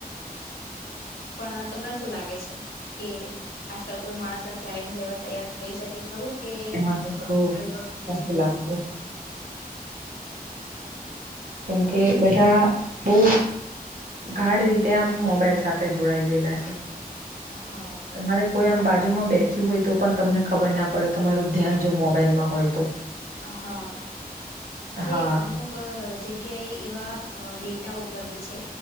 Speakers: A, on the left; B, on the right.
A: પણ તમને શું લાગે છે કે આજકાલ કોઈ માણસ આ ચેલેન્જ લેવા તૈયાર થઈ શકે ખરું કે
B: મને તો
A: મોબાઈલ વગર
B: નથી
A: જીવવાને
B: લાગતું કેમ કે બધા બહુ ગાઢ રીતે આમ મોબાઈલ સાથે જોડાઈ ગયેલા છે
A: હા
B: તમારે કોઈ આમ બાજુમાં બેસ્યું હોય તો પણ તમને ખબર ના પડે તમારું ધ્યાન જો મોબાઈલમાં હોય તો
A: હા અરે
B: હા,
A: અમુક જગ્યાએ એવા ડેટા ઉપલબ્ધ છે